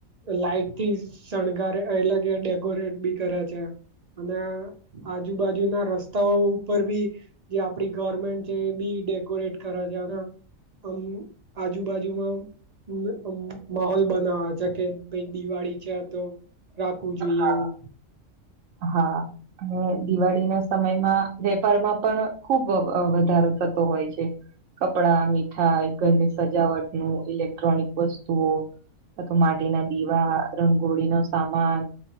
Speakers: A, on the right; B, on the right.
A: લાઈટ થી શણગારે એટલે કે ડેકોરેટ બી કરે છે. અને આજુબાજુ ના રસ રસ્તાઓ ઉપર બી જે આપડી ગાર્મેન્ટ છે એ બી ડેકોરેટ કરા છે અને આમ આજુબાજુમાં અમ અમ્મ માહોલ બનાવા છે કે ભાઈ દિવાળી છે આ તો રાખવું જોઈએ
B: હા
A: એવું.
B: હા. અને દિવાળી ના સમયમાં વેપારમાં પણ ખુબ વ-વધારો થતો હોય છે. કપડા મીઠાઈ ઘર ની સજાવટ નું ઇલેક્ટ્રોનિક વસ્તુઓ ના તો માટીના દીવા રંગોળી નો સામાન